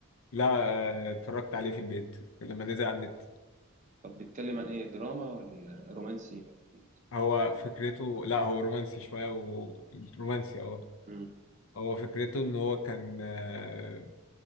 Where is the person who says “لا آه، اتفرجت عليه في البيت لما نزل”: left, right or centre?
Left